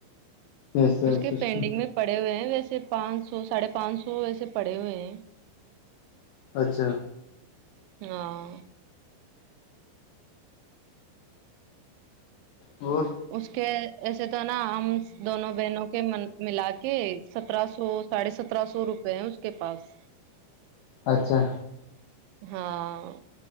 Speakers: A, on the left; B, on the right.
A: ایسا
B: اس
A: ہے
B: کے
A: سسٹم
B: پینڈنگ میں پڑے ہوئے ہیں ویسے پانچ سو ساڑھے پانچ سو ویسے پڑے ہوئے ہیں
A: اچھا
B: ہاں
A: اور
B: اس کے ایسے تو نا ہم دونوں بہنوں کے م ملا کے سترہ سو ساڑھے سترہ سو روپے ہیں اس کے پاس
A: اچھا
B: ہاں